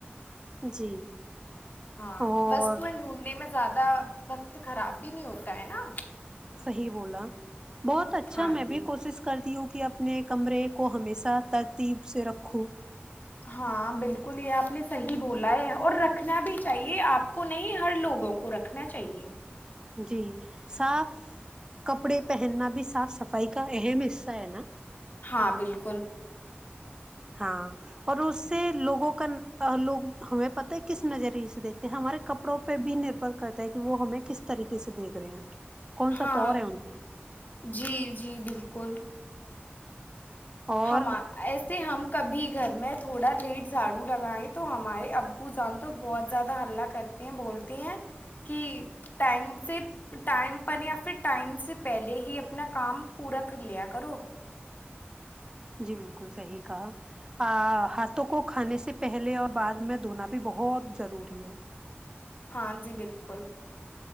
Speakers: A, on the right; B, on the left.
A: جی
B: ہاں
A: اور
B: بس تو ا ڈھونڈنے میں زیادہ وقت خراب بھی نہیں ہوتا ہے نا
A: صحیح بولا بہت اچھا
B: ہاں
A: میں
B: جی
A: بھی کوشش کرتی ہوں کہ آپ اپنے کمرے کو ہمیشہ ترتیب سے رکھو
B: ہاں بالکل یہ آپ نے صحیح بولا ہے اور رکھنا بھی چاہیے آپ کو نہیں ہر لوگوں کو رکھنا چاہیے
A: جی صاف کپڑے پہننا بھی صاف صفائی کا اہم حصہ ہے نا
B: ہاں بالکل
A: ہاں اور اس سے لوگوں کا لوگ ہمیں پتا ہے کس نظریے سے دیکھتے ہیں ہمارے کپڑوں پہ بھی نربھر کرتا ہے کہ وہ ہمیں کس طریقے سے دیکھ رہے ہیں کون سا
B: ہاں
A: طور ہے ان کا
B: جی جی بالکل
A: اور
B: ہما ایسے ہم کب گھر میں تھوڑا لیٹ جھاڑو لگائے تو ہمارے ابو جان تو بہت زیادہ ہلہ کرتے ہیں بولتے ہیں کہ ٹم سے ٹائم پر یا پھر ٹائم سے پہلے ہی اپنا کام پورا کر لیا کرو
A: جی بالکل صحیح کہا ہاتھوں کو کھانے سے پہلے اور بعد میں دھونا بھی بہت ضروری ہے
B: ہاں جی بالکل